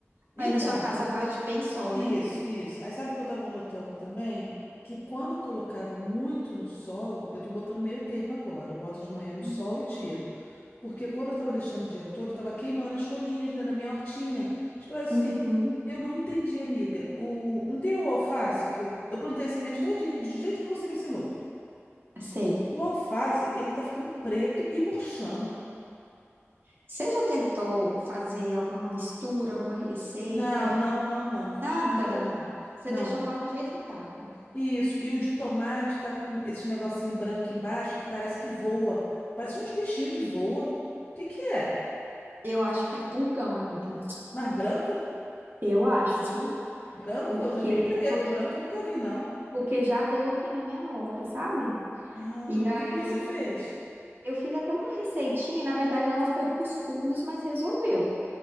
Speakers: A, on the left (about 40°); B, on the right (about 50°).
A: Então,
B: aí na sua casa bate bem sol,
A: isso,
B: né?
A: isso. Aí sabe o que eu tava notando também? Que quando eu colocava muito no sol, eu tô botando meio termo agora. Eu boto de manhã no
B: Uhum.
A: sol e tiro. Porque quando eu tava deixando o dia todo, eu tava queimando as folhinhas, né, da minha hortinha. Tipo assim,
B: Uhum.
A: eu não entendi, amiga. O... Não tem o alface que eu... Eu plantei semente todinha, do jeito que você me ensinou.
B: Sei.
A: O alface, ele tá ficando preto e murchando.
B: Você já tentou fazer alguma mistura, alguma receita?
A: Não, não, não, não, não fiz
B: Nada.
A: nada, não.
B: Você
A: Não.
B: deixou lá do jeito que tava.
A: Isso. E o de tomate tá com esse negocinho branco embaixo que parece que voa. Parece uns bichinhos que voa. O que que é?
B: Eu acho que é purgão, amiga.
A: Mas branco?
B: Eu acho, viu?
A: Branco?
B: Porque,
A: Eu já vi preto.
B: porque,
A: Branco eu nunca vi, não.
B: porque já deu aqui na minha horta, sabe?
A: Ah,
B: E aí
A: o que que você fez?
B: Eu fiz até uma receitinha, na verdade ela foi pros fungos, mas resolveu.